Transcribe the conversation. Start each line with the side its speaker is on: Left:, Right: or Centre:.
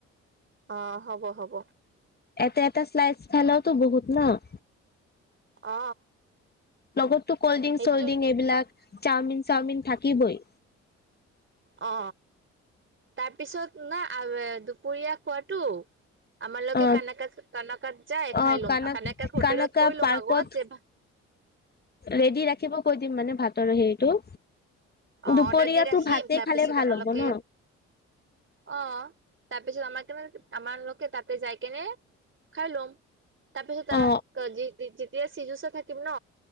Right: অ হ'ব হ'ব
Left: এটা, এটা শ্লাইচ খালেওঁতো বহুত ন'।
Right: অ
Left: লগতো কল্ড ড্ৰিংক
Right: সেইটো
Left: চল্ড্ৰিংক এইবিলাক চাওমিন চাওমিন থাকিবই
Right: অ তাৰপিছত, না দুপৰীয়া খোৱাতো আমাৰ লগে
Left: অ
Right: কানেকা কানাকাত যায় খাই
Left: অ
Right: লম
Left: কানক
Right: কানাকাক হোটেলত
Left: কানকা
Right: কৈ লম
Left: পাৰ্কত
Right: আগত যে ভা <unintelligible>
Left: ৰেডি ৰাখিব কৈ দিম মানে ভাতৰ হেৰিটো
Right: অ
Left: দুপৰীয়াতো
Right: অৰ্ডাৰ দি ৰাখিম
Left: ভাতে
Right: তাৰপিছত
Left: খালে ভাল
Right: আমালোকে
Left: হ'ব ন
Right: অ তাৰপিছত আমাক কেনে আমাৰ লোকে তাতে যাই কেনে খাই লম তাৰ পিছত তাৰ
Left: অ
Right: যেতিয়া চিজুচা থাকিম ন